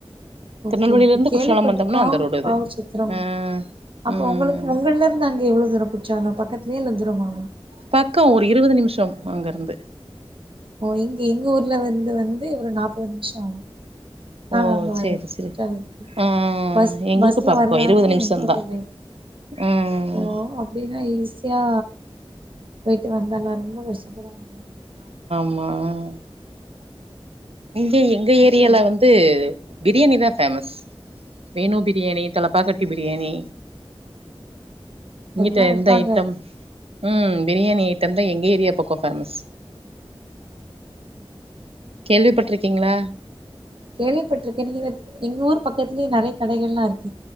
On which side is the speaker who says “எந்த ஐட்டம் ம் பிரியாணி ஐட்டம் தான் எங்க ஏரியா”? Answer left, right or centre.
Right